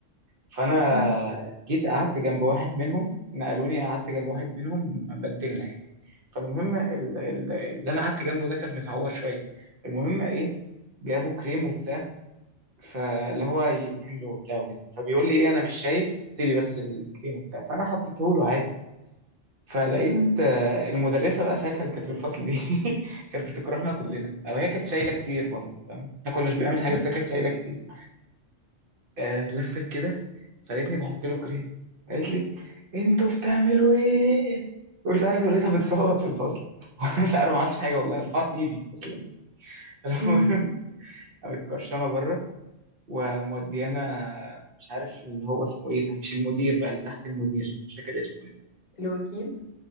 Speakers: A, on the right; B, on the left.
A: فانا
B: أمم.
A: جيت قعدت جنب واحد منهم نقلوني قعدت جنب واحد منهم بدلنا يعني فالمهم ال- ال- اللي انا قعدت جنبه ده كان متعور شويه المهم ايه جابوا كريم وبتاع فاللي هو يدهن له وبتاع وكده فبيقول لي ايه انا مش شايف حط لي بس الكريم وبتاع فانا حطيته له عادي فلقيت
B: أمم.
A: آه، المدرسه بقى ساعتها اللي كانت في الفصل دي <laughs> كانت بتكرهنا كلنا او هي كانت شايله كتير برضه فاهم احنا كنا مش بنعمل حاجه
B: أمم.
A: بس هي كانت شايله كتير آه لفت كده فلقيتني بحط له كريم قالت لي انتوا بتعملوا ايه ومش عارف لقيتها بتصوت في الفصل <laughs> وانا مش عارف ما عملتش حاجه والله رفعت ايدي اصلا فالمهم
B: أمم.
A: قامت كرشانه بره وموديانا مش عارف اللي هو اسمه ايه ده مش المدير بقى اللي تحت المدير مش فاكر اسمه ايه
B: الوكيل